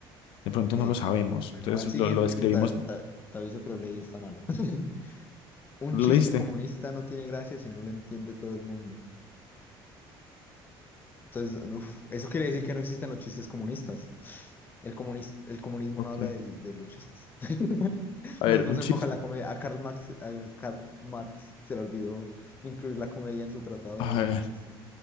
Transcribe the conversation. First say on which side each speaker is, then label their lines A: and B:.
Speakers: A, on the left; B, on the left.
A: De pronto
B: Ok,
A: no lo sabemos.
B: bueno,
A: Entonces
B: va al siguiente
A: lo, lo describimos.
B: que ta- ta- te, aviso que lo leí, está malo. <laughs> Un
A: ¿Lo
B: chiste
A: leíste?
B: comunista no tiene gracia si no lo entiende todo el mundo. Entonces, uf, eso quiere decir que no existen los chistes comunistas. El comunis- el comunismo
A: Ok.
B: no habla del- de, los chistes. <laughs>
A: A
B: No,
A: ver,
B: no
A: un
B: se
A: chiste.
B: enfoca en la comedia. A Karl Marx, a Karl Marx se le olvidó incluir la comedia en su tratado
A: A ver,
B: comunista.